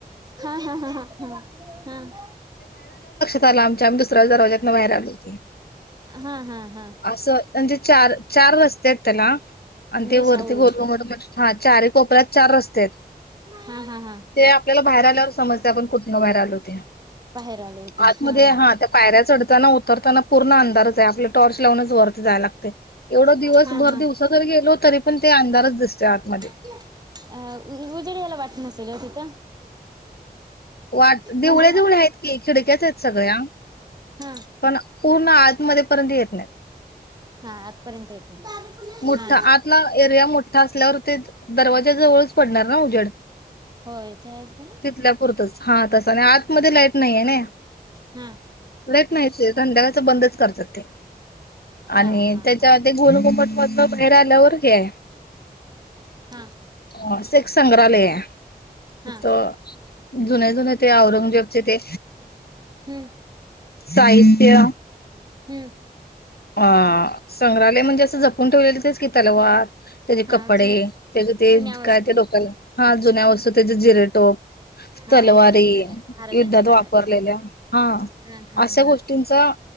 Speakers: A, on the right; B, on the left.
A: हा हा हा हा हा हा,
B: तर लांबच्या दुसऱ्या दरवाज्यातन बाहेर आलोय
A: हा हा हा हा
B: असं हाय. ते चार चार रस्ते आहेत त्याला. आणि ते
A: दिशा
B: वरती
A: बोलवत्या
B: गोलघुमट म्हणजे हा चारी कोपऱ्यात चार रस्ते हायत.
A: हा हा हा
B: ते आपल्याला बाहेर आल्यावर समजते आपण कुठनं बाहेर आलोय ते.
A: बाहेर आलेय ते
B: आतमध्ये
A: हा,
B: त्या पायऱ्या चढताना उतरताना पूर्ण अंदारच हाय आपलं टॉर्च लावूनच वर. जाय लागते एवढं दिवस
A: हा
B: भर
A: हा
B: दिवसा जरी गेलो तरी पण ते अंधारच दिसतोय आतमध्ये.
A: अ उ उजेड याला वाट नसेल ओ तिथं.
B: वाट दिवळ्या
A: मंदिर
B: दिवळ्या आहेत की खिडक्यात आहेत सगळ्या.
A: हा,
B: पण पूर्ण आत मध्ये पर्यंत येत नाही.
A: हा आजपर्यंत येत नाही
B: मोठा
A: हा,
B: आतला एरिया मोठा असल्यावर ते दरवाजा जवळच पडणार ना उजेड.
A: हो ते आहेस खरं.
B: आपल्या पुरताच हा तसं आत मध्ये लाईट नाही नाय.
A: हा,
B: लाईट नाही संध्याकाळचे बंदच करतात ते
A: हा
B: आणि
A: हा
B: त्याच्या
A: हा
B: आत एक. गोलगमट मदन बाहेर आल्यावर हे आहे.
A: हा,
B: अ सेख संग्रहालय आहे
A: हा
B: त. जुने जुने ते औरंगजेबचे ते
A: हम्म
B: साहित्य.
A: हम्म,
B: अ संग्रहालय म्हणजे असं जपून ठेवलेलं तेच की, तलवार. त्याचे
A: हा
B: कपडे
A: जुन
B: त्याचे ते
A: जुन्या वस्तू
B: काय ते लोकल हा जुन्या वस्तू त्याचे जिरेटोप.
A: हा
B: तलवारी
A: इतिहासातल्या महाराजांच्या
B: युद्धात
A: काळातल्या
B: वापरलेल्या हा
A: हा हा
B: अशा
A: हा
B: गोष्टींचा.